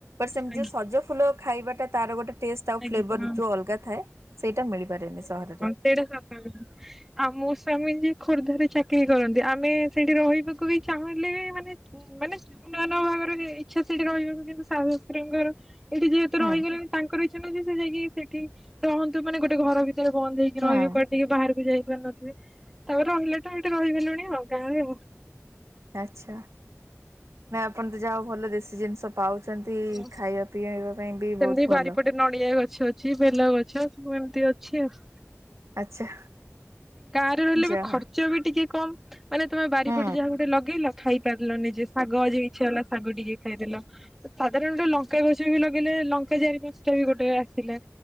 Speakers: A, on the right; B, in the centre.
A: ସେମିତି
B: ଆଜ୍ଞା
A: ସଜ ଫୁଲ ଖାଇବା ଟା ଗୋଟେ ତାର ଟେଷ୍ଟ ଆଉ
B: ଆଜ୍ଞା
A: ଫ୍ଲେଭର
B: ହଁ।
A: ଯେଉଁ ଅଲଗା ଥାଏ ସେଇଟା ମିଳିପାରେନି ସହରରେ।
B: ସେଟା ଖ ଆଉ ମୋ ସ୍ଵାମୀ ଯିଏ ଖୋର୍ଦ୍ଧାରେ ଚାକିରି କରନ୍ତି ଆମେ ସେଇଠି ରହିବାକୁ ବି ଚାହୁଁଲେ ବି ମାନେ ମାନେ ନୂଆ ନୂଆ ବାହାଘର ଇଚ୍ଛା ସେଠି ରହିବ କିନ୍ତୁ ଶାଶୁ ଶଶୁରଙ୍କର ଏଇଠି ଯେହେତୁ
A: ହୁଁ
B: ରହିଗଲେଣି ତାଙ୍କର ଇଚ୍ଛା ନଉଛି ସେ ଯାଇକି ସେଠି ରହନ୍ତୁ ମାନେ ଗୋଟେ ଘ ଭିତରେ ବନ୍ଦ ହେଇକି। ରହିବି
A: ହୁଁ
B: କୁଆଡେ ଟିକେ ବାହାରକୁ ଯାଇ ପାରୁ ନଥିବି ତାପରେ ରହିଲା ତା ଟିକେ ରହିଗଲଣି ଆଉ ଗାଁରେ।
A: ଆଚ୍ଛା ନା ଆପଣ ତ ଯା ହଉ ଭଲ ଦେଶୀ ଜିନିଷ ପାଉଛନ୍ତି
B: ହଁ
A: ଖାଇବା ପିଇବା ପାଇଁ ବି
B: ସେମିତି
A: ବହୁତ ଭଲ।
B: ବାରିପଟେ ନଡିଆ ଗଛ ଅଛି। ବେଲ ଗଛ ସବୁ ଏମିତି ଅଛି ଆଉ।
A: ଆଚ୍ଛା।
B: ଗାଁରେ ରହିଲେ
A: ଯା
B: ବି
A: ହଉ
B: ଖର୍ଚ୍ଚ ବି ଟିକେ କମ। ମାନେ ତମେ ବାରିପଟେ
A: ହୁଁ
B: ଯାହା ଗୋଟେ ଲଗେଇଲ ଖାଇ ପାରିଲ ନିଯେ, ଶାଗ ଆଜି ଇଛା ହେଲା ଶାଗ ଟିକେ ଖାଇଦେଲ। ସାଧାରଣତ ଲଙ୍କା ଗଛ ବି ଲଗେଇଲେ ଲଙ୍କା ଚାରି ପାଞ୍ଚଟା ବି ଗୋଟେ ଆସିଲା।